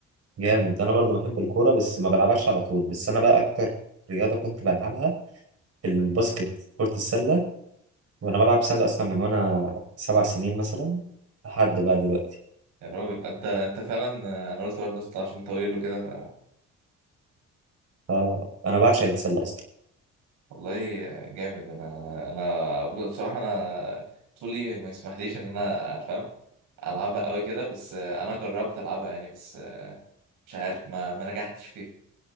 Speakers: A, on the right; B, on the right.
A: جامد
B: آه،
A: انا برضو بحب الكورة بس ما بلعبهاش على طول بس انا بقى اكتر رياضة كنت بلعبها الباسكت كرة السلة وانا بلعب سلة اصلا من وانا سبع سنين مثلا لحد بقى دلوقتي
B: يا راجل أنت أنت فعلا آه، أنا قلت برضه أصل عشان طويل وكده ف
A: فانا بعشق السلة اصلا
B: والله آه، جامد أنا أنا بصراحة أنا طولي ما يسمحليش إن أنا أفهم ألعبها أوي كده بس آه، أنا جربت ألعبها يعني بس آه، مش عارف ما ما نجحتش فيه